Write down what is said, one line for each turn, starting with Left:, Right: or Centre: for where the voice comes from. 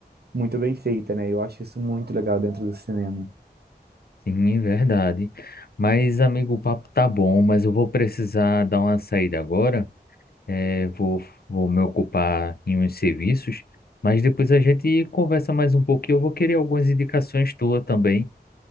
Right: muito bem feita, né? Eu acho isso muito legal dentro do cinema.
Left: Sim, é verdade. Mas, amigo, o papo tá bom, mas eu vou precisar dar uma saída agora. É, vou, vou me ocupar em uns serviços, mas depois a gente conversa mais um pouco e eu vou querer algumas indicações tuas também.